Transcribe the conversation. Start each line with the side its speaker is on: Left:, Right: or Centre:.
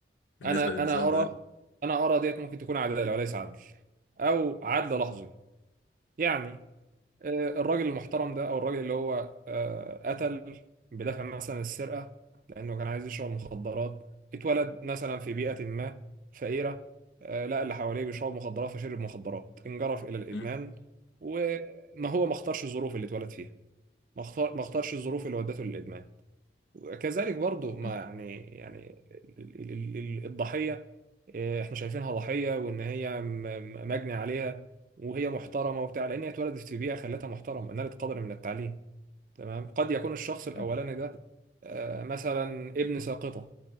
Left: بالنسبة
Right: أنا
Left: للمثال
Right: أنا أرى
Left: ده
Right: أنا أرى ديت ممكن تكون عدالة وليس عدل أو عدل لحظي يعني آه، الراجل المحترم ده او الراجل اللي هو آه، قتل بدافع مثلا السرقه لانه كان عايز يشرب مخدرات اتولد مثلا في بيئه ما فقيره آه، لقى اللي حواليه بيشربوا مخدرات فشرب مخدرات انجرف الى الادمان
Left: م-
Right: وما هو ما اختارش الظروف اللي اتولد فيها ما اختار ما اختارش الظروف اللي ودته للادمان وكذلك برضو ما
Left: م-
Right: يعني يعني ال- ال- ال- الضحيه إيه، احنا شايفينها ضحية وان هي م- م- مجني عليها وهي محترمة وبتاع لان هي اتولدت في بيئة خلتها محترمة نالت قدر من التعليم تمام قد يكون الشخص الاولاني
Left: م-
Right: ده آه، مثلا ابن ساقطة